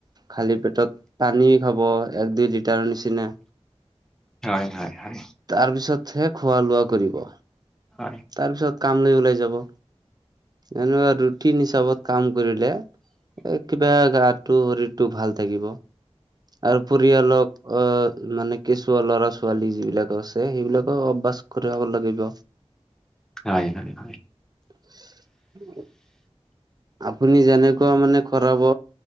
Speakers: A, on the right; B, in the centre.
A: খালী পেটত পানী খাব, এক দুই লিটাৰৰ নিচিনা
B: হয়- হয়- হয়
A: তাৰ পিছতহে খোৱা লোৱা কৰিব।
B: হয়।
A: তাৰ পিছত কাম লৈ ওলাই যাব। এনেকোৱা ৰুটিন হিচাবত কাম কৰিলে কিবা, গাটো শৰীৰটো ভাল থাকিব। আৰু পৰিয়ালক অ, মানে কেঁচুৱা লৰা- ছোৱালী যিবিলাক আছে। সেইবিলাকো অভ্যাস কৰাব লাগিব।
B: হয়- হয়- হয়।
A: <unintelligible> আপুনি যেনেকুৱা মানে কৰাব